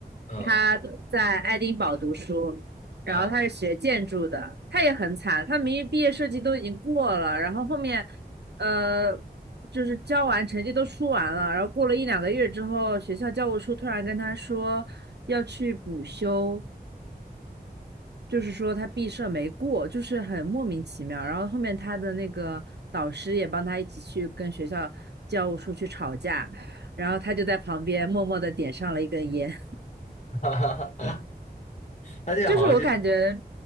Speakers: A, on the left; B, on the right.
A: 嗯
B: 他在爱丁堡读书，然后他是学建筑的，
A: 嗯，
B: 他也很惨，他明明毕业设计都已经过了，然后后面，呃，就是交完成绩都出完了，然后过了一两个月之后，学校教务处突然跟他说要去补修，就是说他毕设没过，就是很莫名其妙。然后后面他的那个导师也帮他一起去跟学校教务处去吵架，然后他就在旁边默默的点上了一根烟。
A: <laughs> 哈他现在好像就
B: 就是我感觉